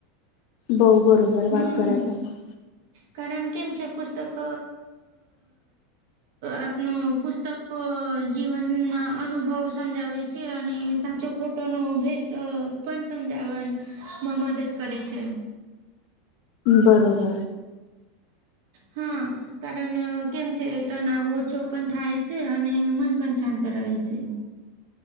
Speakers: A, on the left; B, on the right.
A: બઉ બરોબર
B: હમ
A: વાત કરયા તમે
B: કારણ કેમ જે પુસ્તક આપનું પુસ્તક જીવનમાં અનુભવ સમજાવે છે અને સાચો ખોટોનો ભેદ અ પન સમજાવવામાં મદદ કરે છે.
A: બરોબર
B: હા કારન કેમ છે, તનાવ ઓછો પન થાય છે અને મન પન શાંત રહે છે.